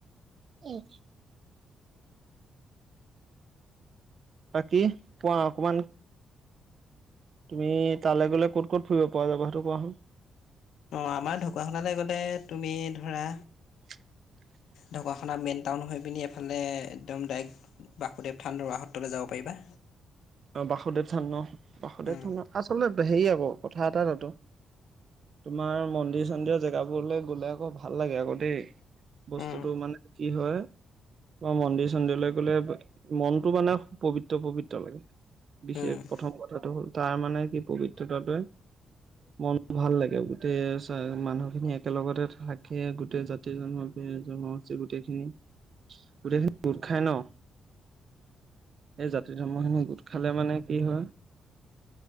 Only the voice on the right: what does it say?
উম বাকী কোৱা অকমান তুমি তালৈ গ'লে ক'ত ক'ত ফুৰিব পৰা যাব সেইটো কোৱাচোন
<unintelligible>
অ বাসুদেৱ থান ন বাসুদেৱ
থান আচলতে হেৰি আকৌ কথা এটা তাতো তোমাৰ মন্দিৰ চন্দিৰ জেগাবোৰলে গলে আকৌ ভাল লাগে আকৌ দেই বস্তুটো
মানে কি হয়? তোমাৰ মন্দিৰ চন্দিৰলৈ গলে মনতটো মানে পবিত্ৰ পবিত্ৰ লাগে। বিশেষ
প্ৰথম কথাটো হ'ল তাৰ মানে কি পবিত্ৰতাটোৱে মন ভাল লাগে গোটেই চা মানুহখিনি একেলগতে থাকিয়ে গোটেই জাতি জনগো- জনগোষ্ঠী গোটেইখিনি গোটেইখিনি গোটখাই ন এই জাতি ধৰ্মখিনি গোট খালে মানে কি হয়